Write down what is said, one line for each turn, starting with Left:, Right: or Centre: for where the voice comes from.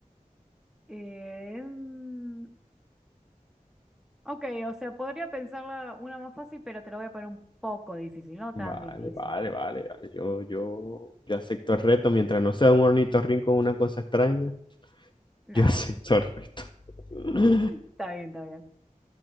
Centre: Eh, mm, ok, o sea, podría pensarla una más fácil, pero te la voy a poner un poco difícil, no
Left: Vale,
Centre: tan difícil.
Left: vale, vale, vale. Yo, yo, yo acepto el reto. Mientras no sea un ornitorrinco o una cosa extraña,
Centre: Nah,
Left: yo <laughs> acepto el reto. <laughs>
Centre: Está bien, está bien.